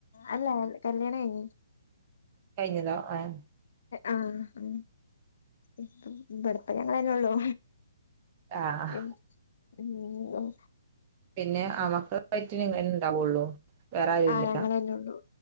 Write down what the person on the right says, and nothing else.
കഴിഞ്ഞതോ ആഹ്
ആഹ്
പിന്നെ അവക്ക് ഇങ്ങനെ തന്നെ ഇണ്ടാവുള്ളൂ വേറെ ആരൂല്ല